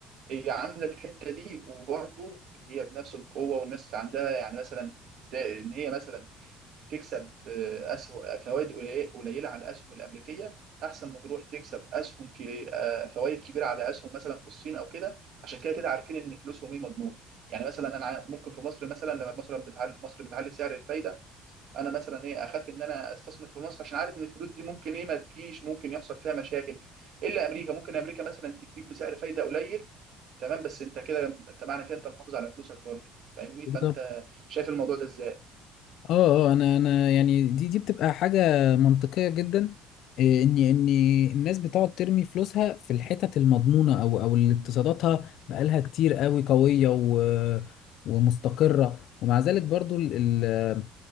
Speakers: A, on the right; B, on the left.
A: هي عامله الحته دي وبرضه هي بنفس القوه والناس عندها يعني مثلا ت- ان هي مثلا تكسب آه، اسهم آه، فوائد قليل- قليله على الاسهم الامريكيه احسن ما تروح تكسب اسهم ك- آه، فوائد كبيره على اسهم مثلا في الصين او كده عشان كده كده عارفين ان فلوسهم ايه مضمونه يعني مثلا انا ع- ممكن في مصر مثلا لما مثلا بتعلي مصر بتعلي سعر الفايده انا مثلا ايه اخاف ان انا استثمر في مصر عشان عارف ان الفلوس دي ممكن ايه ما تجيش ممكن يحصل فيها مشاكل الا امريكا ممكن امريكا مثلا تديك بسعر فايده قليل تمام بس انت كده انت معنى كده انت محافظ على فلوسك برضه فاهمني
B: كده
A: فانت شايف الموضوع ده ازاي
B: اه اه انا انا يعني دي دي بتبقى حاجه منطقيه جدا إيه، ان ان الناس بتقعد ترمي فلوسها في الحتت المضمونه او او اللي اقتصاداتها بقالها كتير قوي قويه و ومستقره ومع ذلك برضو ال ال